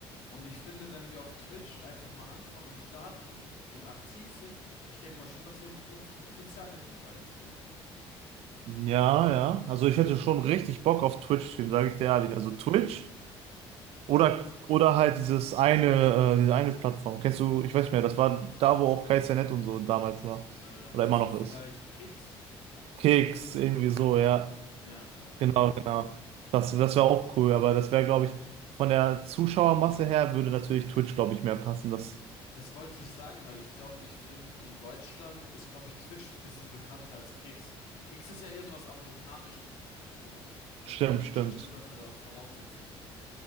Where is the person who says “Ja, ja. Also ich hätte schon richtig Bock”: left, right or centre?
Right